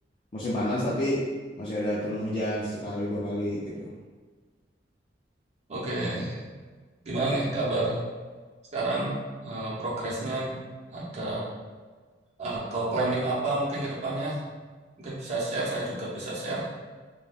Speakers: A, on the left; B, on the right.
A: musim panas tapi masih ada turun hujan sekali dua kali gitu.
B: Oke. Gimana nih kabar sekarang? Eh, progresnya ada atau planning apa mungkin ke depannya? Mungkin bisa share. Saya juga bisa share.